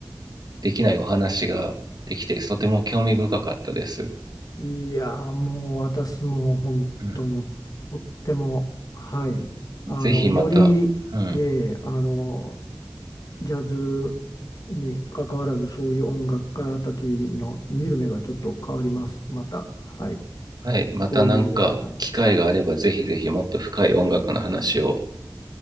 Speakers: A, on the right; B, on the left.
A: できないお話ができてとても興味深かったです。
B: ー、いやーもう私も本当もうとっても、
A: う
B: はい、あの、
A: ん、ぜひまた、
B: より、
A: うん、
B: えーあの、ジャズに関わらず、そういう音楽家たちの見る目がちょっと変わります。また、はい、
A: はいまたなんか機会があればぜひぜひもっと深い音楽の話を
B: そういう目で、はい、